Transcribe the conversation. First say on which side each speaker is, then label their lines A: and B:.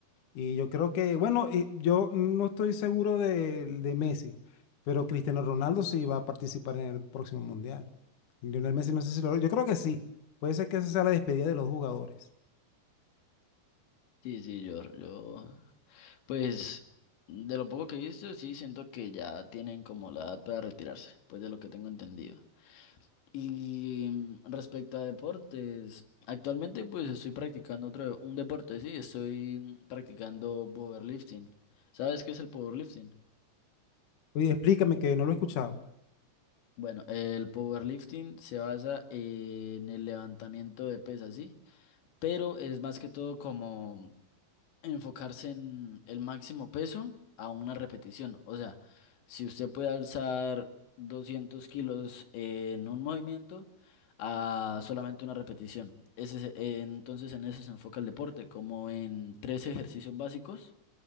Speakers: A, on the left (about 55°); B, on the left (about 75°).
A: Y yo creo que, bueno, eh, yo no estoy seguro de, de Messi, pero Cristiano Ronaldo sí va a participar en el próximo mundial. Lionel Messi no sé si lo... Yo creo que sí. Puede ser que esa sea la despedida de los jugadores.
B: Sí, sí, yo, yo, pues de lo poco que he visto, sí siento que ya tienen como la edad para retirarse, pues de lo que tengo entendido. Y mm, respecto a deportes, actualmente pues estoy practicando otro, un deporte, sí, estoy mm, practicando powerlifting. ¿Sabes qué es el powerlifting?
A: Oye, explícame que no lo he escuchado.
B: Bueno, el powerlifting se basa en el levantamiento de pesas, sí, pero es más que todo como enfocarse en el máximo peso a una repetición. O sea, si usted puede alzar 200 kilos en un movimiento a solamente una repetición. Ese es- eh, entonces en eso se enfoca el deporte, como en tres ejercicios básicos,